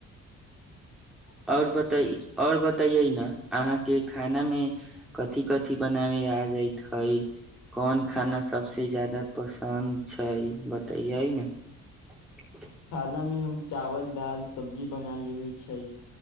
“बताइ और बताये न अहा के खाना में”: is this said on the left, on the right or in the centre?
Centre